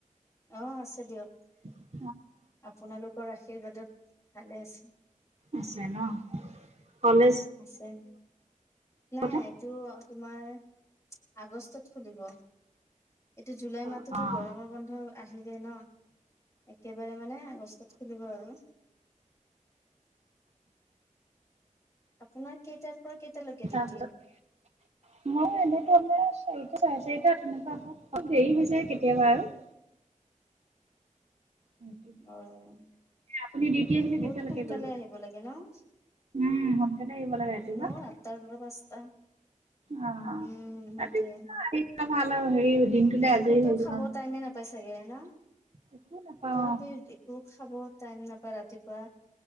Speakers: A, on the left; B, on the right.
A: অ আছে দিয়ক।
B: <unintelligible>
A: আপোনালোকৰ আশীৰ্বাদত ভালে আছে।
B: আছে ন ক'লে
A: আছে নাই
B: কথা?
A: এইটো তোমাৰ আগষ্টত খুলিব, এইটো জুলাই
B: অ
A: মাহটো
B: অ
A: টো গৰমৰ বন্ধ আহিলে ন একেবাৰে মানে আগষ্টত খুলিব আৰু আপোনাৰ কেইটাৰ পৰা কেইটালৈকে ডিউটি?
B: তাৰপিছত মইয়ো এনে তেনে আছোঁ। চাৰিটা চাৰে চাৰিটা তেনেকুৱা হয় অ' দেৰি হৈ যায় কেতিয়াবা আৰু। সেইটো
A: অ'
B: আপুনি ডিউটি আহিলে
A: বহুত
B: কেতিয়ালৈকে
A: সোনকালে
B: কৰিব?
A: আহিব লাগে ন?
B: উম, সোনকালে আহিব লাগে ৰাতিপুৱা
A: মোৰ আঠটাৰ পৰা পাঁচটা
B: অ'
A: উম সেইটোয়ে
B: ৰাতিপুৱা আহিলে ভাল আৰু হেৰি দিনটোলে
A: একোতো
B: আজৰি হৈ যাওঁ
A: খাব টাইমে নাপাই চাগে ন
B: একো নাপাওঁ
A: তথাপি একো খাব টাইম নাপায় ৰাতিপুৱা